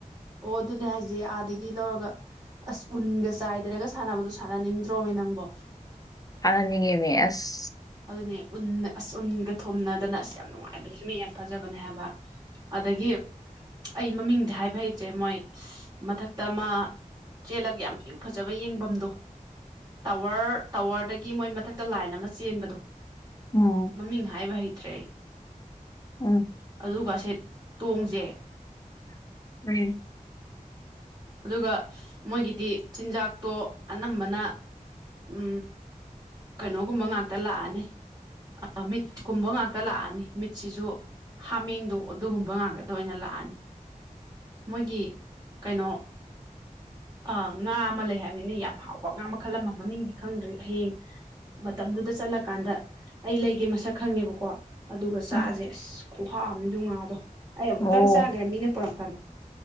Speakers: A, on the right; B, on the left.
A: ꯑꯣ ꯑꯗꯨꯅꯦ ꯍꯥꯏꯁꯦ ꯑꯥꯗꯒꯤ ꯂꯧꯔꯒ ꯑꯁ ꯎꯟꯒ ꯆꯥꯏꯗꯅꯒ ꯁꯥꯟꯅꯕꯗꯣ ꯁꯥꯟꯅꯅꯤꯡꯗ꯭ꯔꯣꯅꯦ ꯅꯪꯕꯣ
B: ꯀꯔꯅꯤꯉꯦꯃꯦ ꯑꯁ
A: ꯑꯗꯨꯅꯦꯟꯅ ꯑꯁ ꯎꯟꯒ ꯊꯣꯝꯅꯗꯅ ꯑꯁ ꯌꯥꯝ ꯅꯨꯡꯉꯥꯏꯕ ꯃꯤ ꯌꯥꯝ ꯐꯖꯕꯅꯦ ꯍꯥꯏꯕ ꯑꯗꯒꯤ ꯑꯩ ꯃꯃꯤꯡꯗꯤ ꯍꯥꯏꯕ ꯍꯩꯁꯦ ꯃꯣꯏ ꯃꯊꯛꯇ ꯑꯃ ꯆꯦꯜꯂꯒ ꯌꯥꯝ ꯄꯤꯌꯨ ꯐꯖꯕ ꯌꯦꯡꯐꯝꯗꯣ ꯇꯥꯋꯔ ꯇꯥꯋꯔꯗꯒꯤ ꯃꯣꯏ ꯃꯊꯛꯇ ꯂꯥꯏꯟ ꯑꯃ ꯆꯦꯟꯕꯗꯣ
B: ꯎꯝ
A: ꯃꯃꯤꯡ ꯉꯍꯥꯏꯕꯍꯤ ꯇꯦ
B: ꯎꯝ
A: ꯑꯗꯨꯒ ꯁꯦꯠ ꯇꯣꯡꯁꯦ
B: ꯎꯝ
A: ꯑꯗꯨꯒ ꯃꯣꯏꯒꯤꯗꯤ ꯆꯤꯟꯖꯥꯛꯇꯣ ꯑꯅꯝꯕꯅ ꯎ ꯀꯩꯅꯣꯒꯨꯝꯕ ꯉꯥꯛꯇ ꯂꯥꯛꯑꯅꯤ ꯃꯤꯠꯀꯨꯝꯕ ꯉꯥꯛꯇ ꯂꯥꯛꯑꯅꯤ ꯃꯤꯠꯁꯤꯁꯨ ꯍꯥꯃꯦꯡꯗꯣ ꯑꯗꯨꯒꯨꯝꯕ ꯉꯥꯛꯇꯇ ꯑꯣꯏꯅ ꯂꯥꯛꯑꯅꯤ ꯃꯣꯏꯒꯤ ꯀꯩꯅꯣ ꯑ ꯉꯥ ꯑꯃ ꯂꯩ ꯍꯥꯏꯕꯅꯤꯅ ꯌꯥꯝ ꯍꯥꯎꯕ ꯉꯥ ꯃꯈꯜ ꯑꯃ ꯃꯃꯤꯡꯗꯤ ꯈꯪꯗ꯭ꯔꯤ ꯍꯌꯦꯡ ꯃꯇꯝꯗꯨꯗ ꯆꯠꯂꯀꯥꯟꯗ ꯑꯩ ꯂꯩꯒꯦ ꯃꯁꯛ ꯈꯪꯉꯦꯕꯀꯣ ꯑꯗꯨꯒ ꯆꯥꯁꯦ
B: ꯎꯝ
A: ꯈꯣꯡꯍꯥꯞ ꯑꯝꯗꯨ ꯉꯥꯗꯣ ꯑꯩ ꯑꯃꯨꯛꯇꯪ
B: ꯑꯣ
A: ꯆꯥꯈ꯭ꯔꯦ ꯃꯤꯅ ꯄꯨꯔꯛ ꯇꯟ